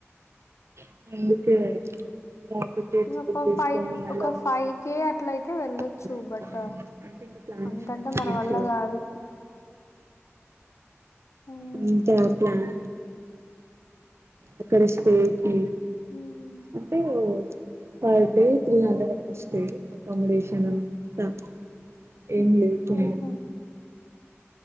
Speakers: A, on the right (about 65°); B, on the left (about 80°).
A: <unintelligible> టికెట్స్
B: ఇ ఒక
A: బుక్ చేసుకొని
B: ఫైవ్
A: మళ్ళా
B: ఒక
A: వీళ్ళు
B: ఫైవ్ కేే అట్ల అయితే వెళ్లొచ్చు
A: అరుణాచలం ఇంకా
B: బట్
A: అంటే ఇంకా ప్లాన్
B: అంతంటే
A: వేసినారు బీచ్
B: మన వల్ల కాదు ఉమ్,
A: అంత ప్లాన్ అక్కడ స్టే క
B: ఉమ్,
A: అంటే పర్ డే త్రీ హండ్రెడ్ అ స్టే అకామడేషన్ అ ఏం లేకున్నాను
B: ఉహు